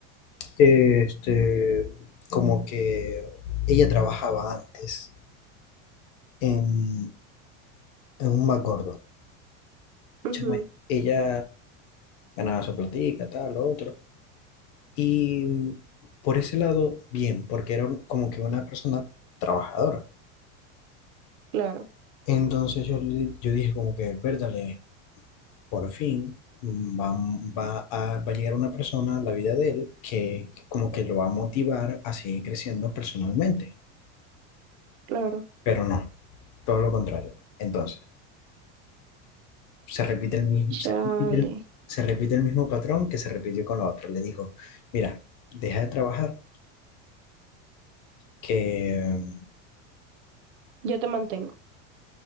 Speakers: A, on the left (about 35°); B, on the right (about 45°).
A: este, como que ella trabajaba antes en, en un Macordo.
B: Ujú,
A: Chama, Ella ganaba su platica, tal, lo otro. Y mm, por ese lado, bien, porque era un- como que una persona trabajadora.
B: claro,
A: Entonces yo, le- yo dije como que, verdale, por fin mm, va, va a, va a llegar una persona a la vida de él que como que lo va a motivar a seguir creciendo personalmente.
B: claro.
A: Pero no, todo lo contrario. Entonces... se repite el mismo,
B: Chale.
A: se repite el, se repite el mismo patrón que se repitió con la otra. Le dijo, mira, deja de trabajar, que mm,
B: Yo te mantengo.